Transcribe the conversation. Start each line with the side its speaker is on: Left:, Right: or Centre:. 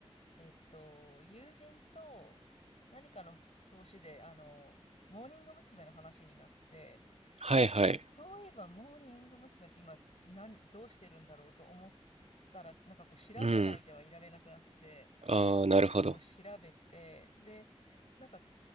Left: えっと、友人と何かの表紙で、あの、モーニング娘。の話になって、
Right: はいはい。
Left: で、そういえば、モーニング娘。って今、なん、どうしてるんだろうと思ったら、なんかこう、調べないではいられなくなって、
Right: うん。ああ、なるほど。
Left: ちょっとこう調べて、で、なんか、